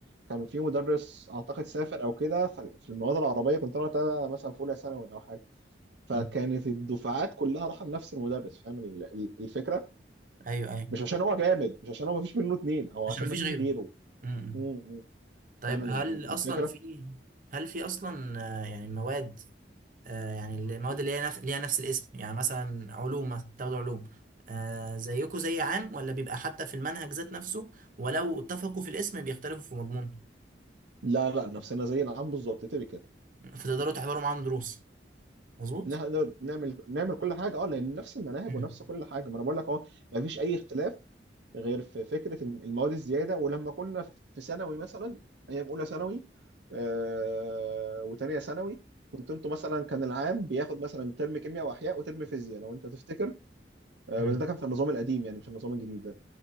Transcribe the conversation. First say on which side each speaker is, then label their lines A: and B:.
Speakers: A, on the right; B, on the right.
A: كان في مدرس اعتقد سافر او كده ف- في المواد العربيه كنت انا وقتها مثلا في اولى ثانوي او حاجه فكانت
B: أمم.
A: الدفعات كلها رايحه لنفس المدرس فاهم ال- ال- الفكره
B: ايوه ايوه
A: مش عشان هو جامد مش عشان هو مفيش منه اتنين او
B: عشان
A: عشان
B: مفيش
A: مفيش
B: غيره
A: غيره
B: امم
A: م- م.
B: طيب
A: فاهم ال-
B: هل
A: ال-
B: اصلا
A: الفكره
B: في هل في اصلا آه، يعني مواد آه، يعني المواد اللي هي نفس ليها نفس الاسم يعني مثلا علوم مثلا، تاخدوا علوم آه، زيكوا زي عام ولا بيبقى حتى في المنهج ذات نفسه ولو اتفقوا في الاسم بيختلفوا في مضمونه
A: لا لا نفسنا زي العام بالظبط تبقى
B: فتقدروا تحضروا معاهم دروس مظبوط؟
A: نقدر نعمل نعمل كل حاجه اه لان نفس المناهج
B: مم.
A: ونفس كل حاجه ما انا بقول لك اهو ما فيش اي اختلاف غير في فكره المواد الزياده ولما كنا في ثانوي مثلا ايام اولى ثانوي آه وثانيه ثانوي كنت انتوا مثلا كان العام بياخد مثلا ترم كيمياء واحياء وترم فيزياء لو انت تفتكر آه،
B: مم.
A: بس ده كان في النظام القديم يعني مش النظام الجديد ده